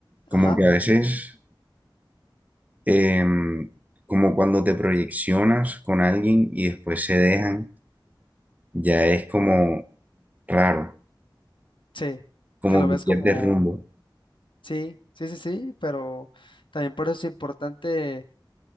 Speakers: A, on the right; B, on the left.
A: como
B: ajá,
A: que a veces, em, como cuando te proyeccionas con alguien y después se dejan, ya es como raro,
B: sí,
A: como
B: que lo ves
A: que
B: como,
A: pierdes rumbo?
B: sí, sí, sí, sí, pero también por eso es importante